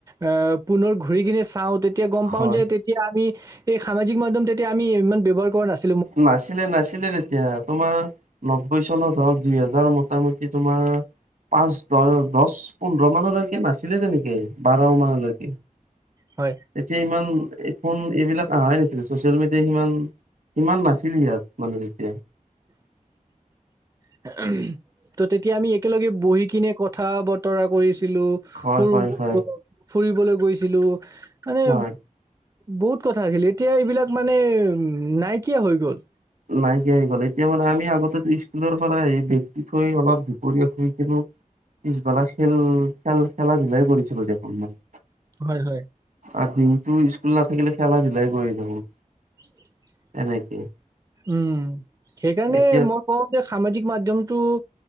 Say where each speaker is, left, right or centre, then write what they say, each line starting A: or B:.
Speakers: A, on the right; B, on the right.
A: অ'। পুনৰ ঘূৰি কিনে চাওঁ তেতি তেতিয়া গম পাও
B: হয়
A: যে তেতিয়া আমি এই সামাজিক মাধ্্যম তেতিয়া আমি ইমান ব্যয়হাৰ কৰা নাছিল
B: নাছিলে নাছিলে তেতিয়া। তোমাৰ, নব্বৈ চনত হওক দুই হেজাৰ, মোটামোটি তোমাৰ পাঁচ দহ, দচ পোন্ধৰ মানলৈকে নাছিলে তেনেকে, বাৰ মানলৈকে
A: হয়।
B: তেতিয়া ইমান এই ফোন, এইবিলাক আহাই নাছিল চচিয়েল মিডিয়া সিমান ইমান নাছিল ইয়াত। মানে তেতিয়া
A: <inaudible> ত' তেতিয়া আমি একেলগে বহি কিনে কথা- বতৰা কৰিছো। লো
B: হয়
A: ফুৰ
B: হয় হয়।
A: - ফুৰিবলৈ গৈছিলো, মানে
B: হয়
A: বহুত কথা আহিল এতিয়া এইবিলাক মানে উম নাইকিয়া হৈ গ'ল।
B: নাইকিয়া হৈ গ'ল। এতিয়া মানে আমি আগতেতো স্কুলৰ পৰা আহি বেগটো থৈ অলপ দুপৰীয়া শুই কেনে পিছবেলা খেল খেল খেলা ধূলাই কৰিছিলো দেখোন মান
A: হয় হয়।
B: আৰু দিনটো স্কুল নাথাকিলে খেলা-ধুলাই কৰি থাকোঁ।
A: <inaudible>
B: এনেকে।
A: উম, সেইকাৰণে
B: এতিয়া
A: মই কওঁ যে সামাজিক মাধ্যমটো অ',